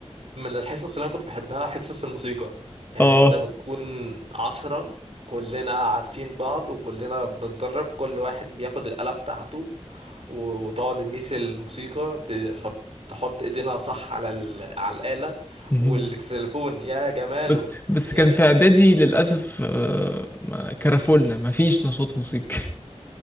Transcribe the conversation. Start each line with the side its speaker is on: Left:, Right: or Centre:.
Right: من الحصص اللي انا كنت بحبها حصص الموسيقى يعني
Left: اه
Right: انت بتكون عشرة كلنا عارفين بعض وكلنا بنتدرب كل واحد بياخد الآلة بتاعته و- وتقعد تميس الموسيقى تحط تحط ايدينا صح على ال... على الآلة
Left: مهم.
Right: والكسلفون يا جماله
Left: بس بس
Right: يا
Left: كان في اعدادي للاسف آه، ما- كرفولنا ما فيش نشاط موسيقي